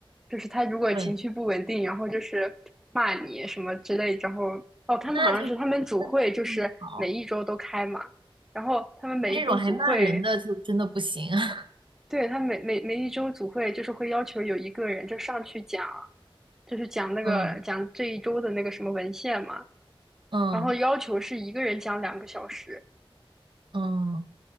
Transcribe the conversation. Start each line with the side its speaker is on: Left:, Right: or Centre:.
Centre: 就是他如果情绪不稳定，
Right: 对，
Centre: 然后就是骂你什么之类，然后哦，他们好像是他们组会就是每一周都开嘛。
Right: 那就那就非常不好，
Centre: 然后他们每一周组会
Right: 那这种还骂人的就真的不行。<laughs>
Centre: 对，他每每每一周组会就是会要求有一个人就上去讲，就是讲那个讲这一周的那个什么文献嘛，
Right: 嗯嗯
Centre: 然后要求是一个人讲两个小时，
Right: 嗯，